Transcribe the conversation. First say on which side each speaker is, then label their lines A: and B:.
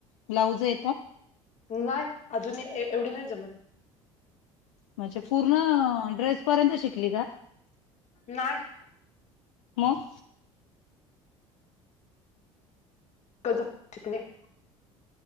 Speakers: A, on the left; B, on the left.
A: ब्लाऊज येतात?
B: नाय अजून ए एवढी नाही जमत
A: म्हणजे पूर्ण ड्रेस पर्यंत शिकली का?
B: नाय
A: मग
B: <unintelligible>